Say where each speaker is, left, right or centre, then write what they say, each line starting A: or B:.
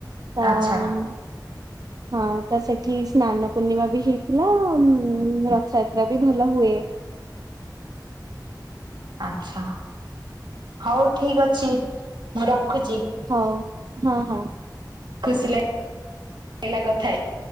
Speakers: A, on the right (about 55°); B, on the right (about 80°).
A: ହଁ
B: ଆଚ୍ଛା
A: ହଁ ତ ସେଠୀ ସ୍ନାନ ପୂର୍ଣ୍ଣିମା ବି ହେ ଥିଲା ରଥଯାତ୍ରା ବି ଭଲ ହୁଏ।
B: ଆଛା ହଉ ଠିକ ଅଛି ମୁଁ ରଖୁଛି।
A: ହଉ ହଁ ହଁ।
B: ଖୁସି ଲାଗ ଲିଲା କଥା ହେଇ